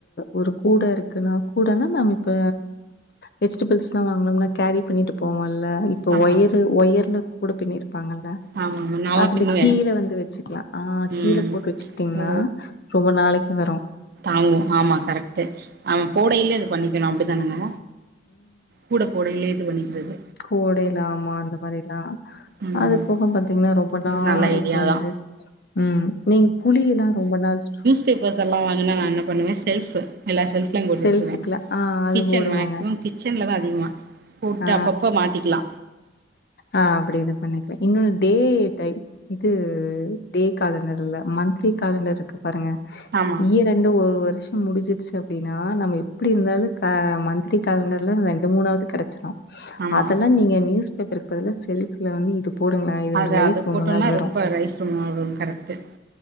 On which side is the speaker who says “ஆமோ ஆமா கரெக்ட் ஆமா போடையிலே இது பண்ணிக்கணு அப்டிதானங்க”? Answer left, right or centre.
Right